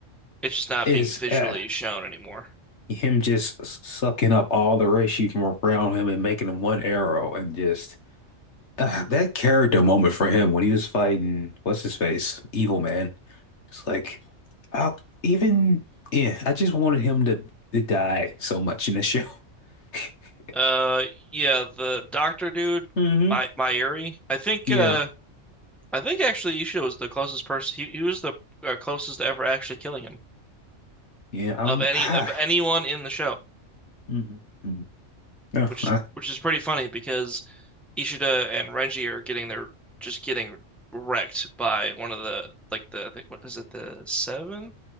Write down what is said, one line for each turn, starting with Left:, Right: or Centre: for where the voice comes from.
Centre: it's just not
Left: is
Centre: being visually
Left: uh,
Centre: shown anymore.
Left: him just s- sucking up all the Rishi from around him and making him one arrow and just uh, that character moment for him when he was fighting what's his face, Evil Man. It's like, I even yeah, I just wanted him to to die so much in the show. <laughs>
Centre: Uh, yeah, the doctor dude,
Left: hmm
Centre: my Myuri. I think
Left: Yeah,
Centre: uh I think actually Ishida was the closest person. He, he was the uh, closest to ever actually killing him
Left: Yeah, I, w-
Centre: of any
Left: ah,
Centre: of anyone in the show,
Left: mhm, mhm. No,
Centre: which is
Left: I,
Centre: which is pretty funny because Ishida and Renji are getting their just getting wrecked by one of the like the I think what is it the seventh